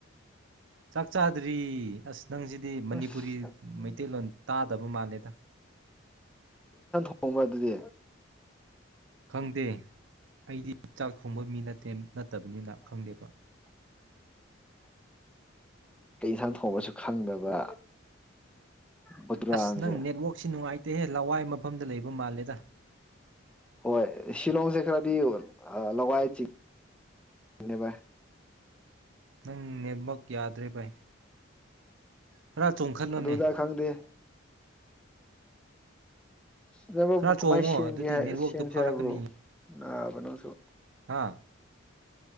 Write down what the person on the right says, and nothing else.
ꯆꯥꯛ ꯆꯥꯗ꯭ꯔꯤ ꯑꯁ ꯅꯪꯁꯤꯗꯤ ꯃꯅꯤꯄꯨꯔꯤ
ꯃꯩꯇꯩꯂꯣꯟ ꯇꯥꯗꯕ ꯃꯥꯜꯂꯦꯗ꯫
ꯈꯪꯗꯦ ꯑꯩꯗꯤ ꯆꯥꯛ ꯊꯣꯡꯕ ꯃꯤ ꯅꯠꯇꯦ ꯅꯠꯇꯕꯅꯤꯅ ꯈꯪꯗꯦꯕ꯫
ꯑꯁ ꯅꯪ ꯅꯦꯠꯋꯔꯥꯛꯛꯁꯤ ꯅꯨꯡꯉꯥꯏꯇꯦ ꯇꯦꯍꯦ ꯂꯋꯥꯏ ꯃꯐꯝꯗ ꯂꯩꯕ ꯃꯥꯜꯂꯦꯗ꯫
ꯅꯪ ꯅꯦꯠꯋꯥꯛ ꯌꯥꯗ꯭ꯔꯦ ꯚꯥꯏ ꯈꯔ ꯆꯣꯡꯈꯠꯂꯣꯅꯦ
ꯈꯔ
ꯆꯣꯡꯉꯣ
ꯑꯗꯨꯗꯤ ꯅꯦꯠꯋꯥꯛꯇꯣ
ꯐꯥꯔꯛꯀꯅꯤ
ꯍꯥꯥ